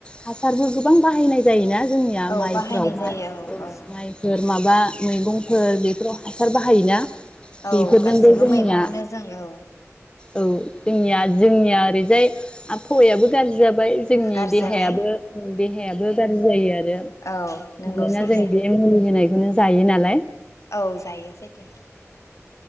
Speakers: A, on the left; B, on the left.
A: हासारबो गोबां बाहायनाय जायोना? जोंनिया
B: औ
A: माइफोरावहाय
B: बाहायनाय जायो औ औ
A: माइफोर माबा? मैगंफोर
B: औ
A: बेफोराव हासार बाहायोना?
B: औ
A: बेफोरजोंबो
B: गासिबो
A: जोंनिया
B: मैगङावनो जों औ ।
A: औ। जोंनिया जोंनिया ओरैजाय आबफावायाबो । गाज्रि जाबाय जोंनि
B: गाज्रि
A: देहायाबो
B: जाबाय
A: देहायाबो गाज्रि जायो आरो
B: औ नोंगौ
A: मानोना
B: सैथो
A: जों बे मुलि होनाय बेखौनो जायो नालाय।
B: औ जायो सैथो।